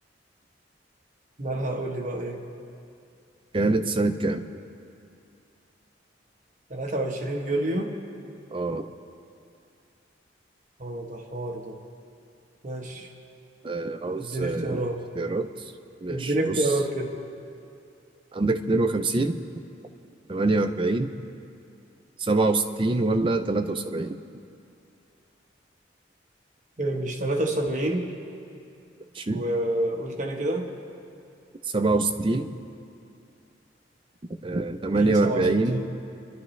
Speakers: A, on the right; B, on the right.
A: مالها قول لي بقى ايه
B: كانت سنة كام؟
A: 23 يوليو
B: أه
A: اه ده حوار ده ماشي
B: آه، عاوز
A: اديني
B: آه،
A: اختيارات
B: اختيارات ماشي
A: اديني
B: بص
A: اختيارات كده
B: عندك 52 48 67 ولا 73
A: إيه، مش 73
B: ماشي
A: وقول تاني كده
B: 67 آه، 48
A: هي 67